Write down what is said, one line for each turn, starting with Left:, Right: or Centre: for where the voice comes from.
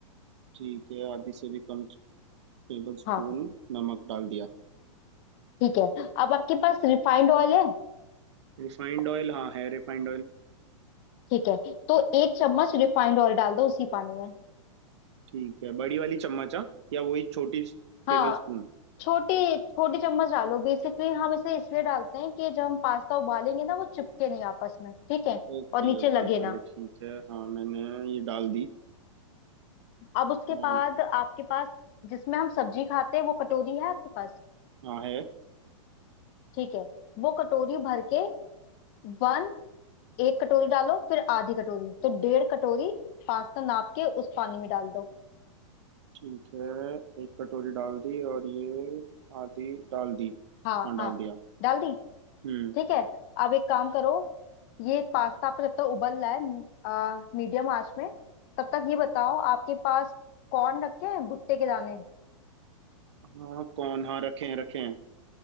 Right: ठीक है आधी से भी कम टेबल स्पून
Left: हाँ
Right: नमक डाल दिया
Left: ठीक है अब आपके पास रिफाइंड ऑयल है
Right: Refined oil हाँ है रिफाइंड ऑयल
Left: ठीक है तो एक चम्मच रिफाइंड ऑयल डाल दो उसी पानी में
Right: ठीक है बड़ी वाली चम्मच हाँ? या वही छोटी
Left: हाँ
Right: Tablespoon
Left: छोटी छोटी चम्मच डालो बेसिकली हम इसे इसलिए डालते हैं कि जब हम पास्ता उबालेंगे ना वो चिपके नहीं आपस में ठीक है
Right: ओके
Left: और नीचे
Right: ओके
Left: लगे
Right: चलो
Left: ना
Right: ठीक है हाँ मैंने ये डाल दी
Left: अब उसके
Right: और
Left: बाद आपके पास जिसमें हम सब्जी खाते हैं वो कटोरी है आपके पास
Right: हाँ है
Left: ठीक है वो कटोरी भर के वन एक कटोरी डालो फिर आधी कटोरी तो डेढ़ कटोरी पास्ता नाप के उस पानी में डाल दो
Right: ठीक है एक कटोरी डाल दी और ये आधी डाल दी
Left: हाँ
Right: हाँ डाल
Left: हाँ
Right: दिया
Left: डाल दी
Right: हम्म
Left: ठीक है अब एक काम करो ये पास्ता आपका जब तक उबल रहा है आ, मीडियम आंच में तब तक ये बताओ आपके पास कॉर्न रखे हैं भुट्टे के दाने
Right: हाँ कौन हाँ रखे हैं रखे हैं